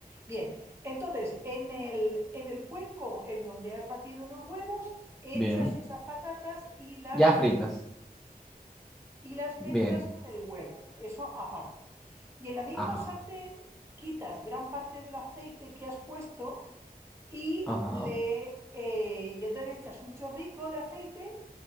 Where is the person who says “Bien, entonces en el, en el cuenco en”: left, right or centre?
Right